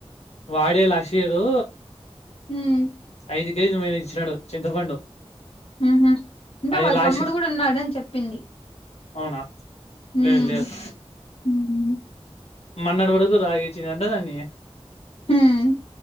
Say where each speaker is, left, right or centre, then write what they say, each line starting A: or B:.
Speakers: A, on the left; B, on the left.
A: వాడే లషీరూ
B: ఉం
A: ఐదు కేేజిలు మీన ఇచ్చినాడు చింతపండు
B: ఊంహు ఇంగా
A: అది
B: వాళ్ళ
A: లాస్ట్
B: తమ్ముడు కూడా ఉన్నాడని చెప్పింది
A: అవునా
B: హ్మ్
A: లే లేదు
B: హ్మ్
A: మన్నర్ వడుకు రాగీచీ అంటదాన్ని
B: హ్మ్